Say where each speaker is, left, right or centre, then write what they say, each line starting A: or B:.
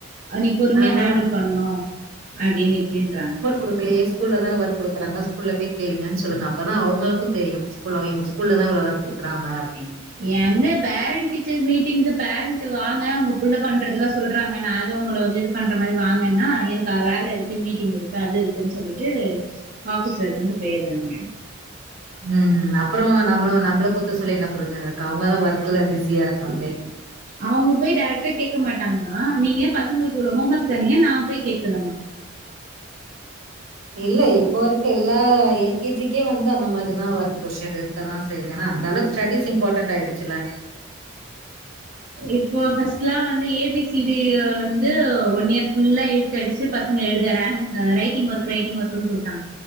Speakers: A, on the right (about 40°); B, on the right (about 70°).
A: நீ பொறுமையா
B: அதுதா
A: ஹாண்டில் பண்னு அப்டின்னிட்டின்றாங்க
B: குடுக்கலே ஸ்கூல்ல தான ஒர்க் குடுக்குறாங்க ஸ்கூல்ல போய் கேளுங்க சொல்லுங்க அப்பதா அவங்களுக்கு தெரியு ஸ்கூல இவங்க ஸ்கூல்ல தா இவ்ள ஒர்க் குடுக்குறாங்க அப்டினு
A: எங்க பேரண்ட் டீச்சர் மீட்டிங்கு பேரண்ட் வாங்க உங்க புள்ள பண்றதெல்லா சொல்றாங்க நானு உங்கள வந்து இது பண்ற மாரி வாங்கன்னா எனக்கு வேலஇருக்கு மீட்டிங் இருக்கு அது இருக்குன்னு சொல்லிட்டு ஆஃபீஸ் இருக்குனு போய்ட்றாங்க
B: ம் அப்றோ நம்ம நம்மள குத்த சொல்லி என்ன ப்ரோஜன இருக்கு அவங்கதா ஒர்க்ல பிஸியா இருக்காங்களே
A: அவங்க போய் டேரெக்டா கேக்க மாட்டாங்களா நீங்க ஏ பசங்களுக்கு இவ்ளோ ஹோம் ஒர்க் தர்ரீங்க நா போய் கேக்கனுமா
B: இல்ல இப்போ இருக்க எல்லா எல் கே ஜி க்கே வந்து அந்த மாதிரிதா ஒர்க் ப்ரஷர் இருக் இருக்கதா செய்து ஏன்னா அந்தளவு ஸ்டடிஸ் இம்பார்டன்ட் ஆயிடுச்சுல
A: இப்போ ஃபர்ஸ்ட்லா வந்து ஏ பி சி டி வந்து ஒன் இயர் ஃபுல்லா இழுத்தடிச்சு பசங்க எழுத ரைட்டிங் ஒர்க் ரைட்டிங் ஒர்க்ன்னு குடுத்தாங்க